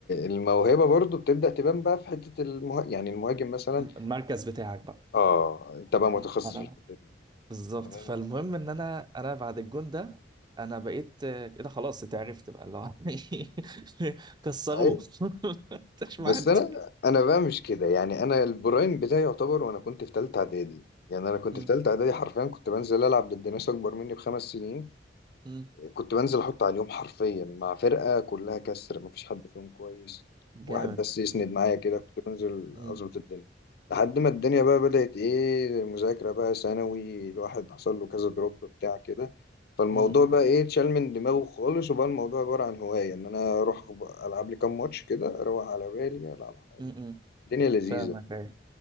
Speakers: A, on the left (about 60°); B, on the right (about 25°).
A: الموهبة برضو بتبدأ تبان بقى في حتة المه... يعني المهاجم مثلا
B: المركز بتاعك بقى
A: اه انت بقى متخصص
B: ما انا
A: في الحتة دي
B: بالظبط
A: يعني
B: فالمهم
A: انا
B: ان انا انا بعد الجون ده انا بقيت آه، كده خلاص اتعرفت بقى اللي هو <laughs> كسروه
A: أي-
B: <laughs> مش
A: بس
B: معدي
A: انا انا بقى مش كده يعني انا البرايم بتاعي يعتبر وانا كنت في تالتة اعدادي يعني انا كنت
B: م-
A: في تالتة اعدادي حرفيا كنت بنزل العب ضد ناس اكبر مني بخمس سنين
B: م.
A: كنت بنزل احط على اليوم حرفيا مع فرقه كلها كسر مفيش حد فيهم كويس واحد
B: جامد
A: بس يسند معايا كده كنت بنزل
B: م-
A: اظبط الدنيا لحد ما الدنيا بقى بدأت ايه مذاكره بقى ثانوي الواحد حصل له كذا دروب بتاع كده فالموضوع
B: م-
A: بقى ايه اتشال من دماغه خالص وبقى الموضوع عباره عن هوايه ان انا اروح العب لي كام ماتش كده اروق على بالي العب حالي
B: م- م.
A: الدنيا لذيذه
B: فاهمك ايوه